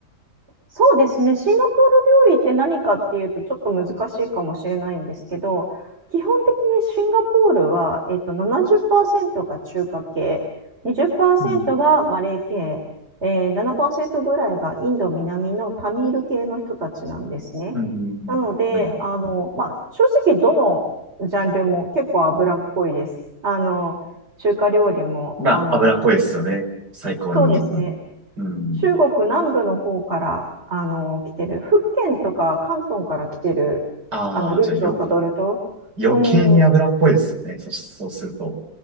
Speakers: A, on the right (about 40°); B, on the right (about 70°).
A: そうですね。シンガポール料理って何かっていうとちょっと難しいかもしれないんですけど、基本的にシンガポールは、えっと、70%が中華系、20%
B: うん
A: がマレー系、えー、7%ぐらいがインド南のタミール系の人たちなんですね。
B: うん。
A: なので、
B: はい。
A: あの、まあ、正直どのジャンルも結構脂っこいです。あの、中華料理も、
B: まあ、
A: あの、
B: 脂っこいですよね。最高に。
A: そうですね。
B: うん。
A: 中国南部の方からあの来てる、福建とか広東から来てるあのルーツをたどると、
B: ああ、じゃあよ、余計に脂っぽいですね。
A: うん、
B: そし、そうすると。